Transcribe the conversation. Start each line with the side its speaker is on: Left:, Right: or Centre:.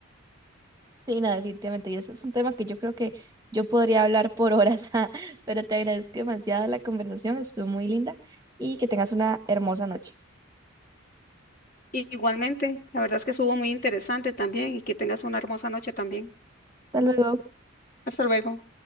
Right: Sí, no, definitivamente. Y ese es un tema que yo creo que yo podría hablar por horas, <laughs> pero te agradezco demasiado la conversación, estuvo muy linda y que tengas una hermosa noche.
Left: Y- Igualmente, la verdad es que estuvo muy interesante también y que tengas una hermosa noche también.
Right: Hasta luego.
Left: Hasta luego.